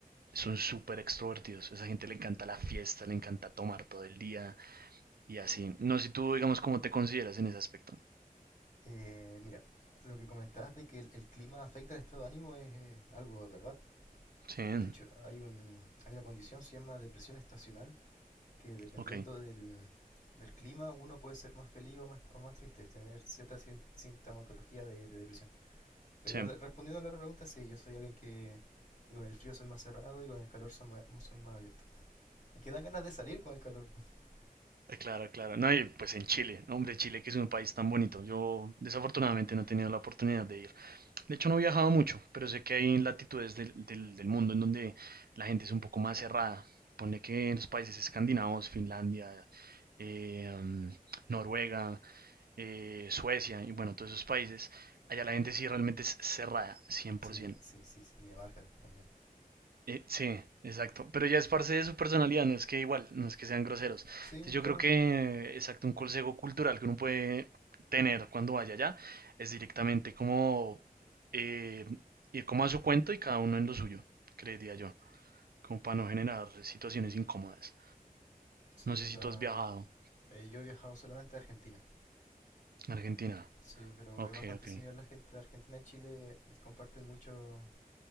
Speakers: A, on the right; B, on the left.
A: son súper extrovertidos. A esa gente le encanta la fiesta, le encanta tomar todo el día y así. No sé tú, digamos, cómo te consideras en ese aspecto.
B: Eh, mira, lo que comentabas de que el, el clima afecta al estado de ánimo es eh, algo de verdad.
A: Sí,
B: De hecho, hay un, hay una condición, se llama depresión estacional, que dependiendo
A: ok,
B: del, del clima uno puede ser más feliz o más, o más triste, tener cierta sin- sintomatología de, de depresión. Pero
A: sí.
B: la- respondiendo a la otra pregunta, sí, yo soy alguien que, que con el frío soy más cerrado y con el calor soy más, soy más abierto. Es que dan ganas de salir con el calor. <laughs>
A: Eh, Claro, claro. No, y pues en Chile. No, Hombre, Chile que es un país tan bonito. Yo desafortunadamente no he tenido la oportunidad de ir. De hecho, no he viajado mucho, pero sé que hay latitudes del, del- del mundo en donde la gente es un poco más cerrada. Ponle que en los países escandinavos, Finlandia, eh, mm, Noruega, eh, Suecia y bueno, todos esos países, allá la gente sí realmente es cerrada, 100%.
B: Sí, sí, sí, sí, Dinamarca también.
A: Eh, sí, exacto. Pero ya es parte de su personalidad, no es que igual, no es que sean groseros.
B: Sí,
A: Entonces yo
B: claro.
A: creo que, exacto, un consejo cultural que uno puede tener cuando vaya allá es directamente como eh, ir como a su cuento y cada uno en lo suyo, creería yo, como para no generar situaciones incómodas.
B: Sí,
A: No sé
B: o sea,
A: si tú has viajado
B: eh, yo he viajado solamente a Argentina.
A: a Argentina.
B: Sí, pero
A: Ok,
B: es bastante
A: ok.
B: similar la gente de Argentina y Chile, comparten mucho,